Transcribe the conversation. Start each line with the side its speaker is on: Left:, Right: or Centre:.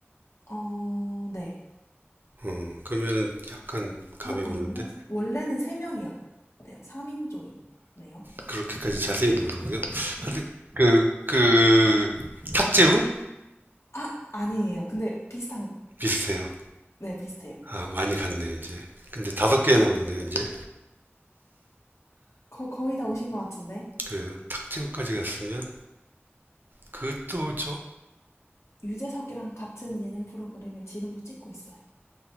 Left: 어, 네.
Right: 어, 그러면은 약간 감이
Left: 어, 아닌가?
Right: 오는데?
Left: 원래는 3명이었대요. 3인조이네요.
Right: 그렇게까지 자세히 모르고요. 하여튼, 그, 그, 탁재훈?
Left: 아, 아니에요. 근데 비슷한,
Right: 비슷해요.
Left: 네, 비슷해요.
Right: 아, 많이 갔네요, 이제. 근데 다섯 개 남았네요, 이제.
Left: 거, 거의 다 오신 것 같은데.
Right: 그래서 탁재훈까지 갔으면 그것도 저
Left: 유재석이랑 같은 예능 프로그램을 지금도 찍고 있어요.